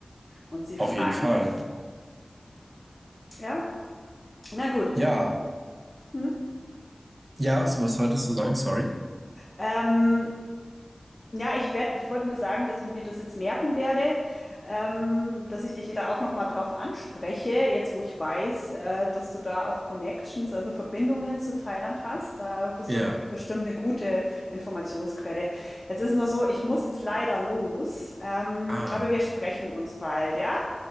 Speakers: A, on the left; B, on the right.
A: und sie fragen.
B: Auf jeden Fall.
A: Ja, na gut.
B: Ja,
A: Hm?
B: ja, so was wolltest du sagen? Sorry.
A: Ähm, Ja, ich werde, ich wollte nur sagen, dass ich mir das jetzt merken werde, ähm, dass ich dich da auch noch mal drauf anspreche, jetzt wo ich weiß, äh, dass du da auch Connections, also Verbindungen zu Thailand hast. Da bist
B: Ja.
A: du bestimmt eine gute Informationsquelle. Jetzt ist nur so, ich muss jetzt leider los, ähm,
B: Ah,
A: aber wir sprechen uns bald, ja?